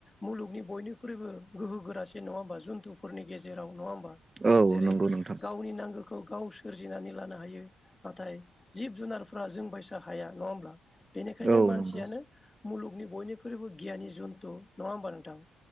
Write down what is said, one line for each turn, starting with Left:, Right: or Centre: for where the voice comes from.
Left: मुलुगनि बयनिख्रुइबो गोहो गोरासि नङा होमबा जुन्थुफोरनि गेजेराव नङा होम बा
Right: औ
Left: जेरै
Right: नंगौ नोंथां
Left: गावनि नांगोखौ गाव सोरजिनानै लानो हायो नाथाय जिब जुनारफ्रा जों बायसा हाया नङा होमब्ला? बेनिखायनो
Right: औ
Left: मानसियानो
Right: नंगौ
Left: मुलुगनि बयनिख्रुइबो गियानि जुन्थु नङा होमबा नोंथां?